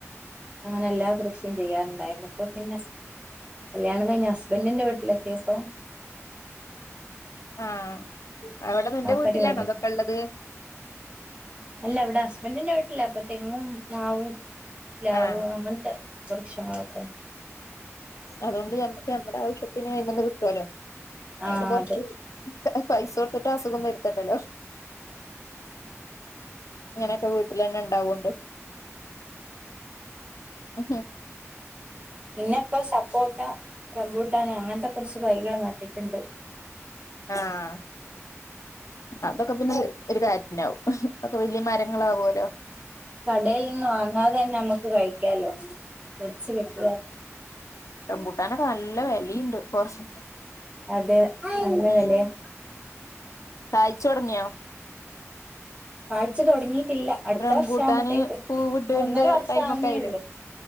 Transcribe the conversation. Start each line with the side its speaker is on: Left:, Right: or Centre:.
Right: അങ്ങനെ എല്ലാ കൃഷിയും ചെയ്യാറുണ്ടായിരുന്നുപ്പോ പിന്നെ കല്യാണം കഴിഞ്ഞ ഹസ്ബൻറിന്റെ വീട്ടിലെത്തിയപ്പോ
Left: ആഹ അവിടെ നിന്റെ
Right: ആ
Left: വീട്ടിലാണ
Right: പരിപാടി
Left: അതൊക്കെ ഉള്ളത്?
Right: അല്ല അവിടെ ഹസ്ബൻ്റിൻ്റെ വീട്ടില അപ്പൊ തെങ്ങും മാവും പ്ലാവ്
Left: ആഹ്
Right: അങ്ങനെത്തെ വൃക്ഷങ്ങളൊക്കെ
Left: അതുകൊണ്ട് നമുക്ക് നമ്മടെ ആവശ്യത്തിന് ഇതിൽമെന്ന് കിട്ടുവല്ലോ അതിന്
Right: ആ
Left: കൊറച്ച്
Right: അതെ
Left: പൈസ കൊടുക്ക അസുഖം വരുത്തണ്ടല്ലോ അങ്ങനെയൊക്കെ വീട്ടിൽ തന്നെ ഉണ്ടാവോണ്ട് ഉ
Right: പിന്നെ ഇപ്പോ സപ്പോട്ട റംബൂട്ടൻ അങ്ങനത്തെ കുറച്ച് കൈകൾ നട്ടിട്ടുണ്ട്
Left: ആഹ് അതൊക്കെ പിന്നെ ഒരു കാര്യത്തിനാാവും ഒക്കെ വലിയ മരങ്ങള ആവുല്ലോ
Right: കടൽ നിന്ന് വാങ്ങാതെ തന്നെ നമ്മുക്ക് കഴിക്കാലോ പിടിച്ച കിട്ടിയാല
Left: ബൂട്ടാനൊക്കെ നല്ല വിലുണ്ട് കുറച്ച
Right: അതെ നല്ല
Left: ഉ
Right: വിലയാ
Left: കഴച്ച തുടങ്ങിയോ
Right: വഴച്ച തുടങ്ങിയിട്ടില്ല അടുത്ത
Left: റംബൂട്ടാന്
Right: വർഷവുമ്പോത്തേക്ക്
Left: പൂവിടേണ്ട
Right: ഒന്നര വർഷമാേ
Left: ടൈമൊക്കെ ആയില്ലേ
Right: ഉള്ളു